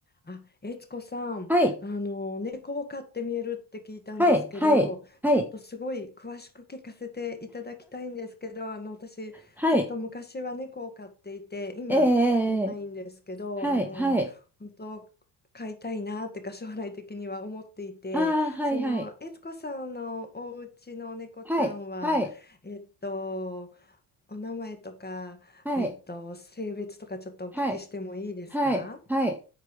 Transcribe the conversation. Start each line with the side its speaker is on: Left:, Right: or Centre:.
Left: あ、悦子さん、
Centre: はい、
Left: あの、猫を飼って見えるって聞いたんですけど、
Centre: はい、はい、はい、
Left: ちょっとすごい詳しく聞かせていただきたいんですけど、あの、私、
Centre: はい、
Left: ずっと昔は猫を飼っていて、今いないんですけど、
Centre: ええはい、
Left: あの、
Centre: はい、
Left: 本当、飼いたいなってか、将来的には思っていて、
Centre: ああ、はい、
Left: その、
Centre: はい、
Left: 悦子さんのお家の猫ちゃんは、
Centre: はい、はい、
Left: えっと、お名前とか、
Centre: はい、
Left: えっと、性別とかちょっとお聞きしてもいいですか
Centre: はい、はい、はい。